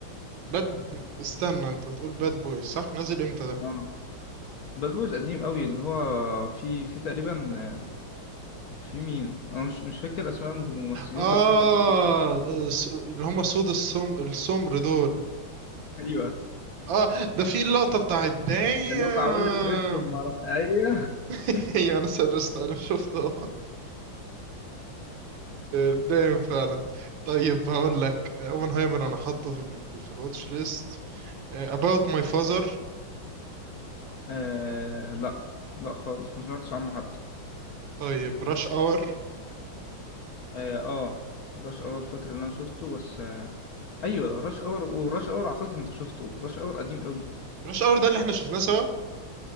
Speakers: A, on the right; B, on the left.
A: باد استنى انت بتقول باد بويز صح نزل امتى ده
B: اه باد بويز قديم قوي اللي هو في في تقريبا آه، في مين انا مش مش فاكر اسماء الممثلين
A: اه
B: بس انت اكيد شفتهم
A: س- اللي هم سود السم السمر دول
B: <laughs> ايوه
A: اه ده في اللقطة بتاعت دايم
B: اللي هو بتاع ويل سميث وما اعرفش ايوه
A: <laughs>
B: <laughs>
A: هي انا سرست انا شفته دايم <laughs> فعلا طيب هقول لك اوبنهايمر انا حاطه في ال... في الواتش ليست آه، about my father
B: آه لا لا خالص ما سمعتش عنه حتى
A: طيب rush hour
B: اه آه، راش اور فاكر ان انا شفته بس آه ايوه راش اور وراش اور اعتقد انت شفته راش اور قديم قوي
A: رش اور ده اللي احنا شفناه سوا